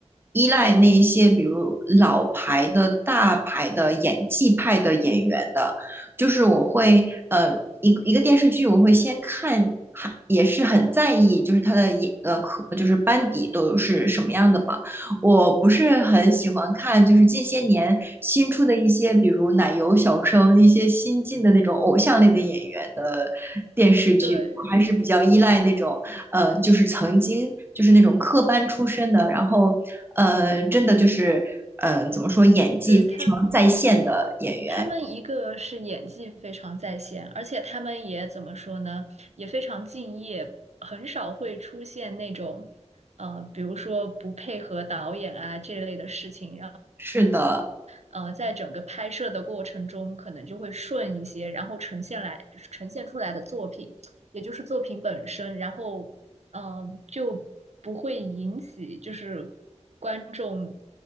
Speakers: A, on the right; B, on the right.
A: 依赖那一些比如老牌的大牌的演技派的演员的，就是我会，呃，一个一个电视剧我会先看，还也是很在意，就是他的演，呃，可就是班底都是什么样的嘛，我不是很喜欢看，就是近些年新出的一些，比如奶油小生，一些新进的那种偶像类的演员的电视剧，
B: 对，
A: 我还是比较依赖那种，呃，就是曾经就是那种科班出身的，然后，呃，真的就是，呃，怎么说，演技非常在线的演员。
B: 对他他们一个是演技非常在线，而且他们也怎么说呢，也非常敬业，很少会出现那种呃，比如说不配合导演啊这类的事情，
A: 是的，
B: 呃，在整个拍摄的过程中可能就会顺一些，然后呈现来呈现出来的作品，也就是作品本身，然后嗯、呃就不会引起就是观众